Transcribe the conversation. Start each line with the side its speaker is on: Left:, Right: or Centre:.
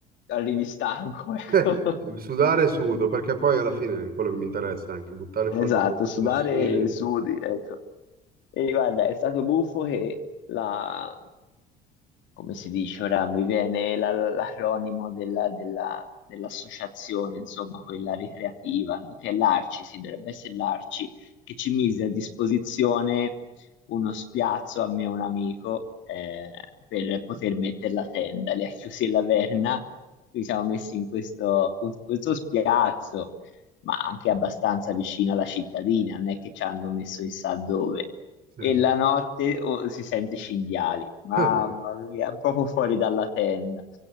Left: arrivi stanco, <laughs> ecco.
Right: eh, sudare sudo, perché poi alla fine è quello che mi interessa, anche buttare
Left: Esatto,
Right: fuori un po' di
Left: sudare
Right: tossine.
Left: e sudi, ecco. E guarda, è stato buffo che la come si dice ora, mi viene la- l'acronimo della- della- dell'associazione, insomma, quella ricreativa, no? Che è l'ARCI, sì, dovrebbe essere l'ARCI, che ci mise a disposizione uno spiazzo a me e un amico eh, per poter mettere la tenda, le ha chiusi la verna, quindi siamo messi in questo, appunto, in questo spiazzo, ma anche abbastanza vicino alla cittadina, non è che ci hanno messo chissà dove
Right: Sì.
Left: e la notte oh, si sente cinghiali. Mamma
Right: <laughs>
Left: mia, proprio fuori dalla tenda.